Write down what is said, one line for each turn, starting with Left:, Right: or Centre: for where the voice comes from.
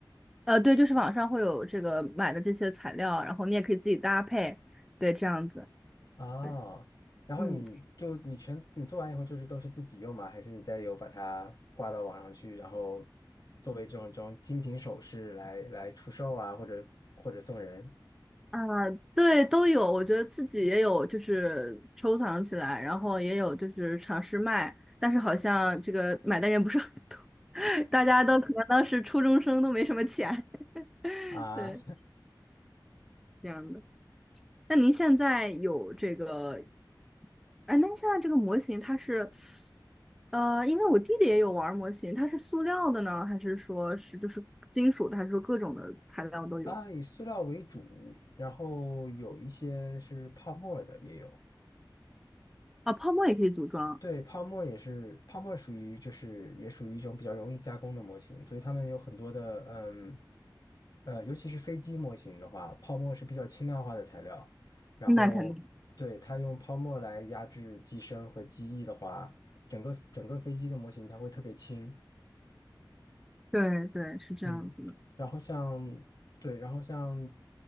Centre: 呃，对，就是网上会有这个买的这些材料，然后你也可以自己搭配，对，这样子。
Left: 啊，
Centre: 对，
Left: 然后你就你全你做完以后就是都是自己用吗？
Centre: 嗯。
Left: 还是你再有把它挂到网上去，然后作为这种这种精品首饰来来出售啊，或者或者送人
Centre: 啊，对，都有。我觉得自己也有，就是收藏起来，然后也有就是尝试卖，但是好像这个买的人不是很多，<laughs> 大家都可能当时初中生都没什么钱，<laughs>
Left: 啊
Centre: 对，这样的。那您现在有这个，哎，那您现在这个模型它是，呃，因为我弟弟也有玩儿模型，它是塑料的呢，还是说是就是金属的，还是说各种的材料都有？
Left: <laughs> 啊，以塑料为主，然后有一些是泡沫的也有。
Centre: 啊，泡沫也可以组装，
Left: 对，泡沫也是，泡沫属于就是也属于一种比较容易加工的模型，所以他们有很多的嗯呃，尤其是飞机模型的话，泡沫是比较轻量化的材料，然后对它用泡沫来压制机身和机翼的话，
Centre: 那肯定，
Left: 整个整个飞机的模型它会特别轻，
Centre: 对对，是这样子的。
Left: 嗯，然后像对，然后像